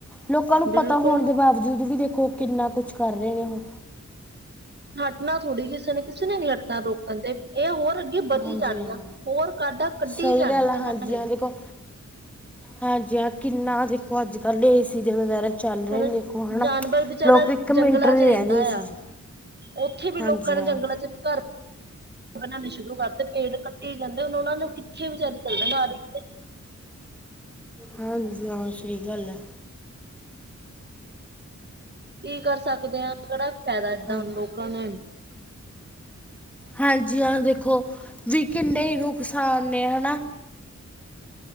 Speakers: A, in the centre; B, on the right.
A: ਲੋਕਾਂ ਨੂੰ
B: ਬਿਲਕੁਲ
A: ਪਤਾ ਹੋਣ ਦੇ ਬਾਵਜੂਦ ਵੀ ਦੇਖੋ ਕਿੰਨਾ ਕੁਛ ਕਰ ਰਹੇ ਨੇ ਉਹ
B: ਹਟਨਾ ਥੋੜ੍ਹੀ ਕਿਸੇ ਨੇ ਕਿਸੇ ਨੇ ਨੀ ਹਟਣਾ ਰੋਕਣ ਤੇ ਇਹ ਹੋਰ ਵਧੀ
A: ਹਾਂਜੀ
B: ਜਾਣੀਆਂ
A: ਹਾਂ
B: ਹੋਰ ਕਾਡਾਂ ਕੱਢੀ
A: ਸਹੀ
B: ਜਾਣੀਆਂ
A: ਗੱਲ ਹੈ
B: ਇਹਨਾਂ
A: ਹਾਂਜੀ
B: ਨੇ
A: ਹਾਂ ਦੇਖੋ ਹਾਂਜੀ ਹ ਕਿੰਨਾ ਦੇਖੋ ਅੱਜ ਕੱਲ੍ਹ ਏਸੀ ਦੇ ਵਗੈਰਾ ਚੱਲ ਰਹੇ
B: ਹੁਣ
A: ਨੇ ਦੇਖੋ ਹੈ
B: ਜਾਨਵਰ ਵਿਚਾਰਾ
A: ਲੋਕ ਇੱਕ ਮਿੰਟ
B: ਜੰਗਲਾਂ
A: ਨਹੀਂ
B: ਚ ਰਹਿੰਦਾ
A: ਰਹਿੰਦੇ ਸੀ
B: ਆ
A: ਚ
B: ਉੱਥੇ ਵੀ
A: ਹਾਂਜੀ
B: ਲੋਕਾਂ ਨੇ
A: ਹਾਂ
B: ਜੰਗਲਾਂ ਚ ਵੀ ਘਰ ਬਣਾਉਣੇ ਸ਼ੁਰੂ ਕਰਦੇ ਪੇੜ ਕੱਟੀ ਜਾਂਦੇ ਹੁਣ ਉਹ ਨੂੰ ਕਿੱਥੇ ਵਿਚਾਰੇ ਚੱਲਦੇ ਬ
A: ਹਾਂਜੀ ਹਾਂ ਸਹੀ ਗੱਲ ਹੈ।
B: ਕੀ ਕਰ ਸਕਦੇ ਹਾਂ, ਕਿਹੜਾ ਫਾਇਦਾ ਏਦਾਂ
A: ਹਾਂ
B: ਲੋਕਾਂ ਨੂੰ।
A: ਹਾਂਜੀ ਹਾਂ ਦੇਖੋ ਵੀ ਕਿੰਨੇ ਹੀ ਨੁਕਸਾਨ ਨੇ ਹਨਾ।